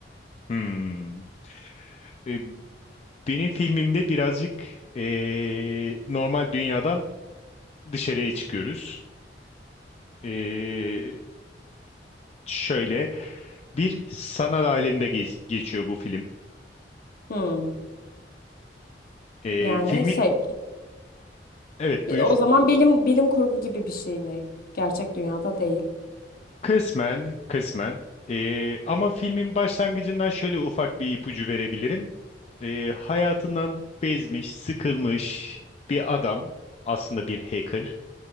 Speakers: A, on the left (about 35°); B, on the left (about 55°).
A: Hmm. E, Benim filmimde birazcık e, normal dünyadan dışarıya çıkıyoruz. E, şöyle bir sanat aleminde geç- geçiyor bu film.
B: Hmm.
A: E,
B: Yani
A: filmin
B: şey,
A: evet buyur.
B: o zaman bilim bilim kurgu gibi bir şey mi? Gerçek dünyada değil.
A: Kısmen, kısmen. E, ama filmin başlangıcından şöyle ufak bir ipucu verebilirim. E, hayatından bezmiş, sıkılmış bir adam, aslında bir hacker.